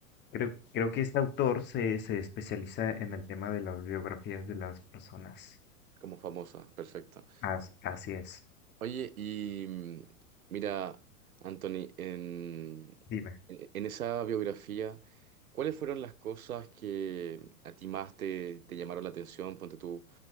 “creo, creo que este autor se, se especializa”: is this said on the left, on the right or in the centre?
Left